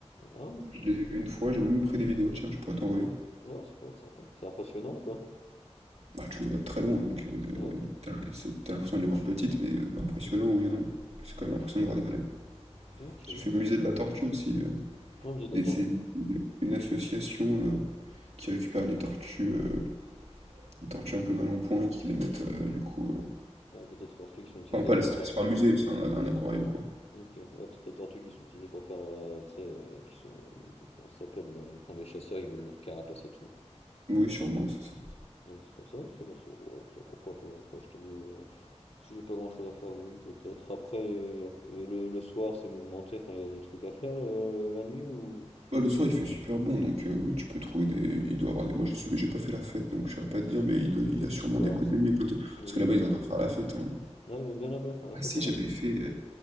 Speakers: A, on the left; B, on the right.
A: Ah, putain,
B: Je les
A: c'est
B: ai vus une fois, j'ai même pris des vidéos, tiens, je pourrais t'envoyer.
A: Ouais, ça pourrait être sympa. C'est impressionnant, quoi.
B: Bah, tu les vois de très loin, donc euh,
A: Ouais.
B: t'as t'as l'impression de les voir petites, mais euh, impressionnant, oui ou non. C'est
A: Ok.
B: quand même impressionnant de voir des baleines.
A: Ok,
B: J'ai fait
A: ok.
B: musée de la tortue aussi. euh.
A: Non, mais c'est de
B: Et
A: la tortue.
B: c'est une une association euh, qui récupère les tortues, euh, les tortues un peu mal en point et qui les mettent euh, du
A: Ok.
B: coup. euh,
A: Ouais, peut-être les tortues qui sont utilisées
B: Enfin, pas,
A: pour
B: les- c'est
A: faire des...
B: pas un musée, c'est un, un aquarium quoi.
A: Ok, ouais, peut-être les tortues qui sont utilisées pour faire, euh, tu sais, euh, qui sont, du- comment ça s'appelle, euh, quand les chasseurs, ils veulent leur carapace et tout.
B: Oui, sûrement,
A: Enfin,
B: c'est ça.
A: donc c'est comme ça, ok, bah, c'est- ouais, ça, pourquoi pas, après, je t'avoue, euh, si j'ai pas grand-chose à faire, oui, peut-être. Après, euh, y a- euh, le, le soir, c'est mouvementé, enfin, il y a des trucs à faire, euh, la nuit, ou,
B: Bah, le soir
A: ou c'est
B: il fait super bon donc euh, oui, tu peux trouver des. Il doit y avoir des. Moi j'ai su- j'ai pas fait la fête donc je saurais pas te dire, mais il doit... il
A: des
B: y a
A: petits
B: sûrement
A: bars,
B: des boîtes
A: ça.
B: de nuit. et plein de-
A: Oui,
B: Parce que là-bas
A: bars,
B: ils adorent
A: bah.
B: faire la fête. hein.
A: Ouais, ils aiment bien là-bas, faire la
B: Ah
A: fête,
B: si,
A: en
B: j'avais fait.